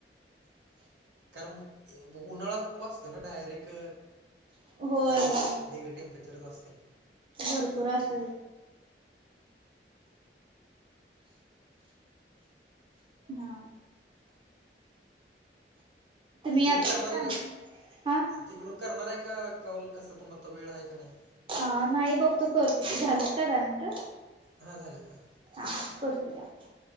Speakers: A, on the right; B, on the right.
A: कारण उन्हाळा खूप असतो ना डायरेक
B: होय
A: चाळीस
B: होय
A: डिग्री टेम्परेचरच असते.
B: भरपूर अस ना.
A: तुम्ही
B: यात्राच
A: करणार
B: टायमिंग
A: आहे का,
B: हा
A: तिकडून करणार आहे का कॉल कस तुम्हाला त वेळ आहे का नाही.
B: हा नाही बघ तू करते की झालीत का दहा मिनटं.
A: हा झालीत ह.
B: हा करतो <unintelligible>